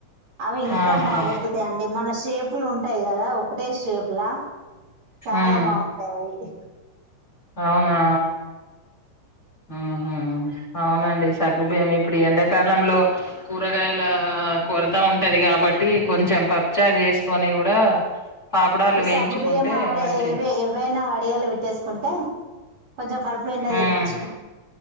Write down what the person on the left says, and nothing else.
ఆహా
ఉమ్
అవునా ఆహా అవునండి సగ్గుబియ్యము ఇప్పుడు ఎండాకాలంలో కూరగాయల కొరత ఉంట ది కాబట్టి కొంచెం పప్పుచారు చేసుకొని కూడా పాపడాలు
వేయించుకుంటే
మంచి
ఉమ్